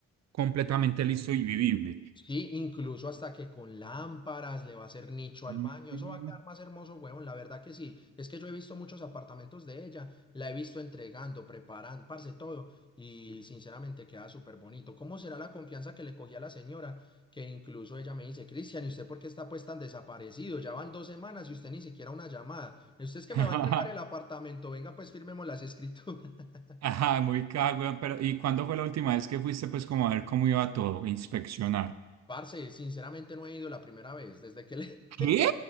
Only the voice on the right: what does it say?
completamente listo y vivible.
Mm.
<laughs>
Ajá, muy cagüey, pero ¿y cuándo fue la última vez que fuiste pues como a ver cómo iba todo, inspeccionar?
¿Qué?